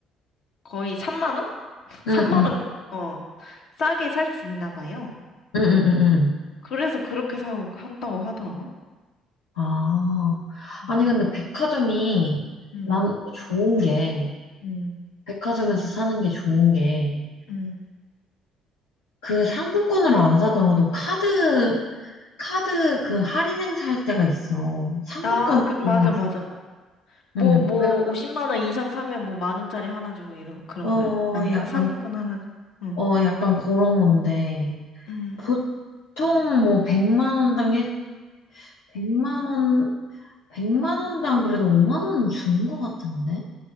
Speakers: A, on the left (about 60°); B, on the left (about 75°).
A: 거의 3만 원? <laughs>
B: 응,
A: 3만
B: 응,
A: 원, 어, 싸게 살 수 있나 봐요.
B: 응, 응, 응.
A: 그래서 그렇게 사고 한다고 하더라고.
B: 아.
A: 음,
B: 아니, 근데 백화점이
A: 음,
B: 나는 또 좋은 게,
A: 음.
B: 백화점에서 사는 게 좋은 게,
A: 음.
B: 그 상품권으로 안 사더라도 카드 카드 그 할인 행사할 때가 있어. 상품권
A: 아, 그, 맞아,
B: 할인 행사.
A: 맞아, 뭐,
B: 응.
A: 뭐,
B: 그,
A: 50만 원 이상 사면 뭐 만 원짜리 하나 주고 이런, 그런
B: 어,
A: 거야? 아닌가?
B: 약간,
A: 상품권 하나, 주- 응.
B: 어, 약간 그런 건데.
A: 음,
B: 보통 뭐 100만 원당 일 100만 원, 100만 원당 그래도 5만 원은 주는 것 같은데?